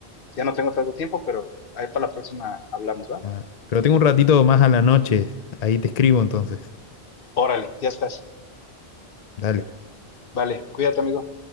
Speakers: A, on the left (about 60°); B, on the left (about 45°).
A: Ya no tengo tanto tiempo, pero ahí para la próxima hablamos, ¿va?
B: Ah, pero tengo un ratito más a la noche. Ahí te escribo entonces.
A: Órale, ya estás.
B: Dale.
A: Vale, cuídate, amigo.